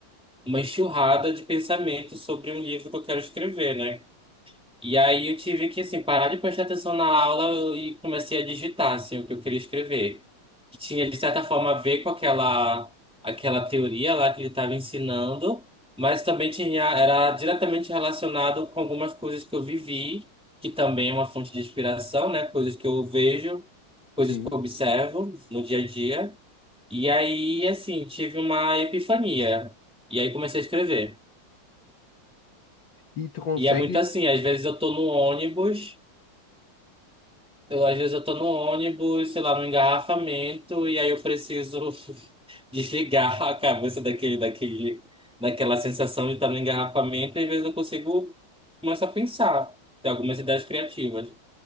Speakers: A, in the centre; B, on the left.
A: uma enxurrada de pensamentos sobre um livro que eu quero escrever, né? E aí eu tive que, assim, parar de prestar atenção na aula e comecei a digitar, assim, o que eu queria escrever. Que tinha, de certa forma, a ver com aquela, aquela teoria lá que ele estava ensinando, mas também tinha, era diretamente relacionado com algumas coisas que eu vivi, que também é uma fonte de inspiração, né? Coisas que eu vejo, coisas
B: Sim.
A: que eu observo no dia a dia. E aí, assim, tive uma epifania. E aí comecei a escrever.
B: E tu consegue
A: E é muito assim, às vezes eu tô no ônibus... Eu, às vezes eu tô no ônibus, sei lá, no engarrafamento, e aí eu preciso <laughs> desligar a cabeça daquele, daquele, daquela sensação de estar no engarrafamento, e às vezes eu consigo começar a pensar, ter algumas ideias criativas.